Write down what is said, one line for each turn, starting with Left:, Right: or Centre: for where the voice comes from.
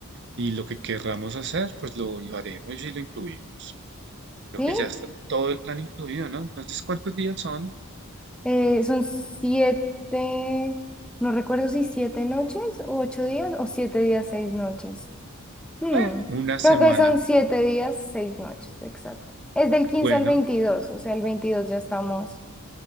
Right: y lo que querramos hacer, pues lo, lo haremos y lo incluimos. Creo
Centre: Sí,
Right: que ya está todo el plan incluido, ¿no? Entonces, ¿cuántos días son?
Centre: Eh, son siete, no recuerdo si siete noches o ocho días o siete días, seis noches. Hmm,
Right: Eh, una
Centre: Creo
Right: semana.
Centre: que son siete días, seis noches, exacto. Es del 15
Right: Bueno,
Centre: al 22 o sea, el 22 ya estamos